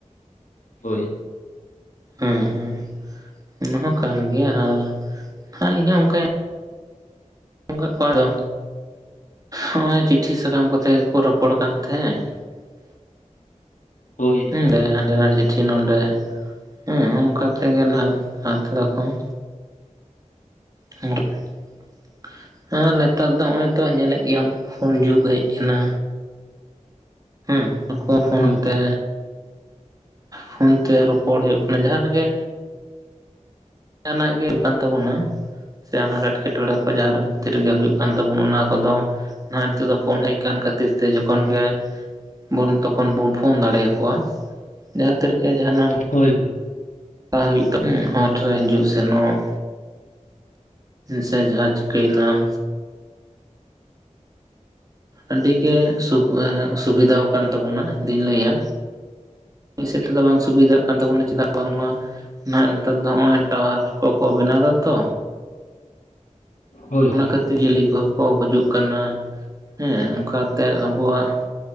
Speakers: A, on the left; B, on the right.
A: ᱦᱳᱭ ᱾
B: ᱦᱩᱸ ᱦᱩᱸ ᱚᱱᱟ ᱦᱚᱸ ᱠᱟᱱ ᱜᱮᱭᱟ ᱟᱨ ᱤᱧ ᱦᱚᱸ ᱚᱱᱠᱟᱧ ᱟᱹᱡᱚᱢ ᱠᱟᱜ ᱠᱚᱣᱟ ᱛᱚ ᱱᱚᱜᱼᱚᱭ ᱪᱤᱴᱷᱤ ᱥᱟᱠᱟᱢ ᱠᱚᱛᱮ ᱜᱮᱠᱚ ᱨᱚᱯᱚᱲ ᱠᱟᱱ ᱛᱟᱦᱮᱸᱫ <inaudible>
A: ᱦᱳᱭ ᱾
B: ᱦᱟᱸᱰᱮ ᱱᱟᱸᱰᱮ ᱪᱤᱴᱷᱤ ᱱᱚᱰᱮᱸ ᱦᱮᱸ ᱚᱱᱠᱟ ᱛᱮᱜᱮ <unintelligible> <unintelligible> ᱦᱮᱸ ᱱᱮᱛᱟᱨ ᱫᱚ ᱱᱚᱜᱼᱚᱭ ᱛᱚ ᱧᱮᱞᱮᱫ ᱜᱮᱭᱟᱢ ᱯᱷᱚᱱ ᱡᱩᱜᱽ ᱦᱮᱡ ᱟᱠᱟᱱᱟ, ᱦᱮᱸ ᱩᱱᱠᱚ ᱯᱷᱳᱱ
A: ᱦᱳᱭ
B: ᱛᱮ
A: ᱦᱳᱭ
B: ᱯᱷᱳᱱ ᱛᱮ ᱨᱚᱯᱚᱲ ᱦᱩᱭᱩᱜ ᱠᱟᱱᱟ ᱡᱟᱦᱟᱸ ᱨᱮᱜᱮ ᱡᱟᱦᱟᱱᱟᱜ ᱜᱮ <unintelligible> ᱠᱟᱱ ᱛᱟᱵᱚᱱᱟ ᱥᱮ ᱟᱱᱟᱴ ᱮᱸᱴᱠᱮᱴᱚᱬᱮ ᱠᱚ ᱡᱟᱦᱟᱸ ᱵᱷᱤᱛᱤᱨ ᱨᱮᱜᱮ ᱦᱩᱭᱩᱜ ᱠᱟᱱ ᱛᱟᱵᱚᱱᱟ ᱚᱱᱟ ᱠᱚᱫᱚ ᱱᱚᱜ ᱱᱤᱛᱚᱜ ᱫᱚ ᱯᱷᱳᱱ ᱦᱮᱡ ᱠᱟᱱ ᱠᱷᱟᱹᱛᱤᱨ ᱛᱮ ᱡᱚᱠᱷᱚᱱ ᱜᱮ ᱵᱚᱱ ᱛᱚᱠᱷᱚᱱ ᱵᱚᱱ ᱯᱷᱳᱱ ᱫᱟᱲᱮ ᱟᱠᱚᱣᱟ, ᱡᱟᱦᱟᱸ ᱛᱤᱨᱜᱮ ᱡᱟᱦᱟᱱᱟᱜ
A: ᱦᱳᱭ ᱦᱳᱭ ᱾
B: <unintelligible> ᱦᱚᱴ ᱨᱮ ᱦᱤᱡᱩᱜ ᱥᱮᱱᱚᱜ ᱥᱮ ᱡᱟᱦᱟᱸ ᱪᱤᱠᱟᱹᱭᱮᱱᱟᱢ, ᱟᱹᱰᱤ ᱜᱮ ᱥᱩᱵ ᱥᱩᱵᱤᱫᱟᱣ ᱟᱠᱟᱱ, ᱛᱟᱵᱚᱱᱟ ᱤᱧ ᱫᱩᱧ ᱞᱟᱹᱭᱟ ᱢᱤᱫ ᱥᱮᱫ ᱛᱮᱫᱚ ᱵᱟᱝ ᱥᱩᱵᱤᱫᱷᱟᱜ ᱠᱟᱱ ᱛᱟᱵᱚᱱᱟ ᱪᱮᱫᱟᱜ ᱵᱟᱝᱢᱟ ᱱᱟᱜ ᱱᱮᱛᱟᱨ ᱫᱚ ᱱᱚᱜᱼᱚᱭ ᱴᱟᱣᱟᱨ ᱠᱚᱠᱚ ᱵᱮᱱᱟᱣ ᱫᱟ ᱛᱚ
A: ᱦᱳᱭ ᱦᱳᱭ
B: ᱚᱱᱟ
A: ᱾
B: ᱠᱷᱟᱹᱛᱤᱨ ᱡᱤᱭᱟᱹᱞᱤ ᱠᱚᱦᱚᱸ ᱠᱚ ᱜᱩᱡᱩᱜ ᱠᱟᱱᱟ ᱦᱮᱸ ᱚᱱᱠᱟ ᱛᱮ ᱟᱵᱚᱣᱟᱜ